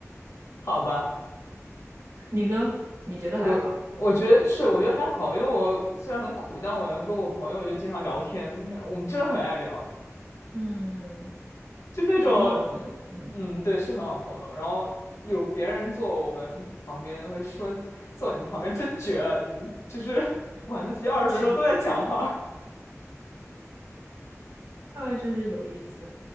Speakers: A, on the left (about 60°); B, on the right (about 70°).
A: <laughs> 好吧。
B: 你呢？你觉得还好？
A: 我我觉得是，我觉得还好，因为我虽然很苦，但我能跟我朋友就经常聊天，就感我们真的很爱聊，
B: 嗯，
A: 就那种，
B: 有很好的朋友，嗯，
A: 嗯，对，是很好朋友。然后有别人坐我们旁边，会说坐你们旁边真绝了，你们就是 <laughs> 晚自习二十分钟都在讲话。
B: 不停啊，真是有意思。